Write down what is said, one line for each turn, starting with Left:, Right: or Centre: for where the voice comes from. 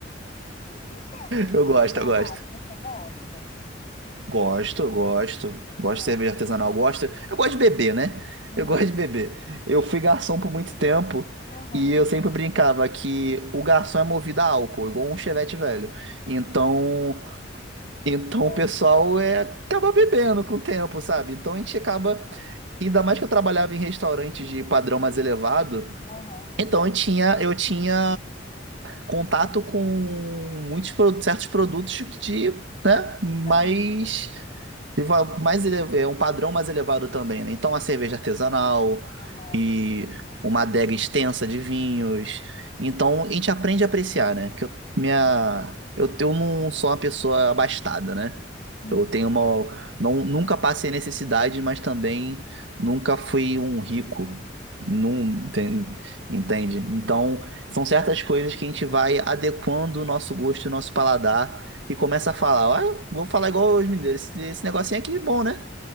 Left: E, e cerveja
Right: Eu
Left: artesanal,
Right: gosto, eu gosto.
Left: você gosta?
Right: Gosto, gosto. Gosto
Left: Ah,
Right: de cerveja artesanal, gosto. Eu gosto de beber, né?
Left: uhum.
Right: Eu gosto de beber. Eu fui garçom por muito tempo
Left: Aham.
Right: e eu sempre brincava que o garçom é movido a álcool, igual um chevette velho. Então, então
Left: Que graça.
Right: o pessoal é acaba bebendo com o tempo, sabe? Então a gente acaba Ainda mais que eu trabalhava em restaurantes de padrão mais elevado,
Left: Aham,
Right: então eu tinha, eu tinha contato
Left: certo.
Right: com muitos pro- certos produtos de, né, mais
Left: Aham,
Right: e va- mais ele- é um padrão mais elevado também, né? Então, a cerveja artesanal
Left: aham.
Right: e uma adega extensa de vinhos. Então, a gente aprende a apreciar, né? Porque eu, minha, eu, eu não sou uma pessoa abastada, né?
Left: Uhum.
Right: Eu tenho uma. Não, nunca passei necessidade, mas também nunca fui um rico.
Left: Entendi.
Right: Não, tem- entende? Então, são certas coisas que a gente vai adequando o nosso gosto e o nosso paladar e começa a falar, ah, vou falar igual os mineiros, esse, esse negocinho aqui é bom, né?